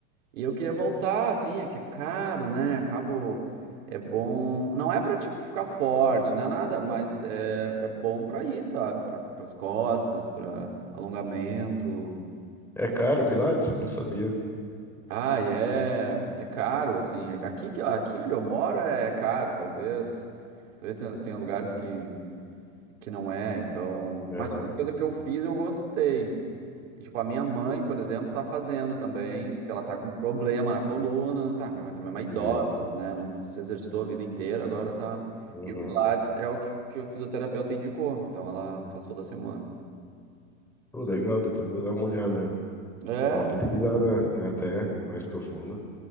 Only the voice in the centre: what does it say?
É caro o pilates? Não sabia.
Aham,
sei.
Uhum.
Pô, legal, depois eu vou dar uma olhada.
Dá uma pesquisada, né, até mais profundo.